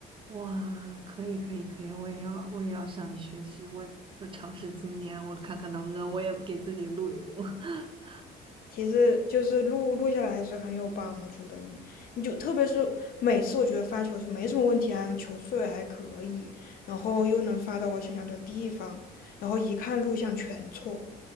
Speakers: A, on the right; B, on the left.
A: 哇，可以，可以，可以，我也要，我也要向你学习，我我尝试今年，我看看能不能我也给自己录一录。<laughs>
B: 其实就是录录下来还是很有帮助的，你你就特别是每次我觉得发球是没什么问题啊，球速也还可以，然后又能发到我想要的地方，然后一看录像全错，